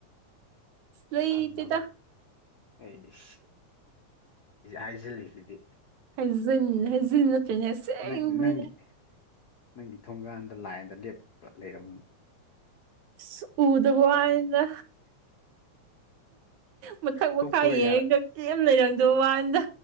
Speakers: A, on the right; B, on the left.
A: ꯂꯩꯇꯦꯗ
B: ꯐꯪꯅꯕ ꯑꯩ ꯍꯥꯏꯖꯤꯜꯂꯤꯁꯤꯗꯤ
A: ꯍꯩꯖꯟ ꯍꯩꯖꯤꯟ ꯅꯠꯇ꯭ꯔꯅꯦ ꯑꯁꯦꯡꯕꯅꯦ
B: ꯅꯪ ꯅꯪꯒꯤ ꯅꯪꯒꯤ ꯊꯣꯡꯒꯥꯟꯗ ꯂꯥꯏꯟꯗ ꯂꯦꯞꯄ ꯂꯩꯔꯝ
A: ꯁ ꯎꯗꯕ ꯋꯥꯅ ꯃꯊꯛ ꯃꯈꯥ
B: ꯊꯣꯛꯄꯒ
A: ꯌꯦꯡꯉꯦꯗ
B: ꯌꯥꯔ
A: ꯀꯔꯤ ꯂꯩꯔꯝꯗꯣ ꯋꯥꯟꯗ